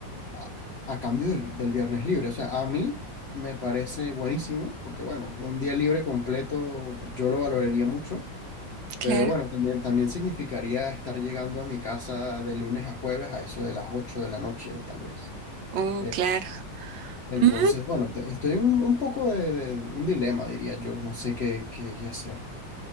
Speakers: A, on the left (about 55°); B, on the right (about 85°).
A: a, a cambio del, del viernes libre. O sea, a mí me parece buenísimo porque, bueno, un día libre completo yo lo valoraría mucho.
B: claro.
A: Pero bueno, también, también significaría estar llegando a mi casa de lunes a jueves a eso de las 8 de la noche, tal vez.
B: Oh,
A: Eh,
B: claro.
A: entonces,
B: Mm,
A: bueno, te- estoy en un, un poco de, de un dilema, diría yo. No sé qué, qué hacer.